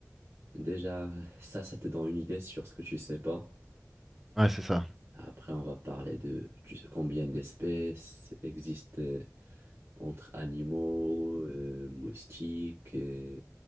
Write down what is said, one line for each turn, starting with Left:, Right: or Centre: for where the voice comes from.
Right: Déjà, ça, ça te donne une idée sur ce que tu sais pas.
Centre: Ouais, c'est ça.
Right: Après, on va parler de tu sais, combien d'espèces existent euh, entre animaux, euh, moustiques, euh,